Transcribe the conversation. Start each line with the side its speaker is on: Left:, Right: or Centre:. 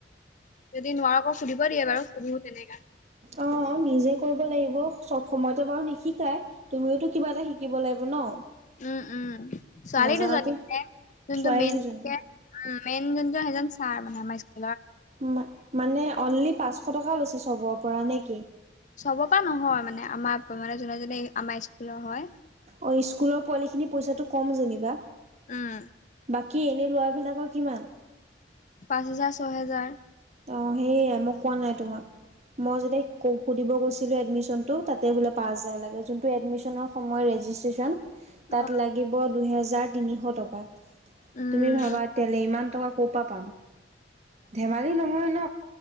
Left: যদি নোৱাৰো কৌ সুধিব দিয়ে বাৰু সুধো তেনেকা
Right: অঁ নিজে কৰিব লাগিব, চব সময়তে বাৰু নিশিকাই তুমিওতো কিবা এটা শিকিব লাগিব ন।
Left: উম উম। উম ছোৱালী
Right: নাজানাতো
Left: দুজনী, মানে যোনটো
Right: ছোৱালী
Left: মেইন
Right: দুজনী।
Left: কোকে মেইন যোন সেইজন ছাৰ মানে আমাৰ স্কু
Right: মা মানে অনলি পাঁচশ টকা লৈছে চবৰ পৰা নে কি?
Left: চব পা নহয় মানে, আমাৰ পা মানে যোনে জোনে আমাৰ স্কুলৰ হয়।
Right: অ' স্কুলৰ পোৱালিখিনি পইচাটো কম যেনিবা
Left: উম।
Right: বাকী এনেই লোৱা বেলেগৰ কিমান?
Left: পাঁচ হোজাৰ, ছয় হেজাৰ
Right: অ' সেই মোক কোৱা নাই তোমাক মই যদি কফু দিব গৈছিলোঁ এডমিশ্যন। যোনটো তাতে বোলে পাচঁ হাজাৰ লাগে যোনটো এডমিশ্যন সময়ত ৰেজিষ্ট্ৰেচন তাত
Left: অ',
Right: লাগিব দুহেজাৰ হাজাৰ তিনিশ টকা।
Left: উম।
Right: তুমি ভাবা তেতিয়াহ'লে ইমান টকা ক'ৰ পৰা পাম ধেমাজ লী নহয় ন'।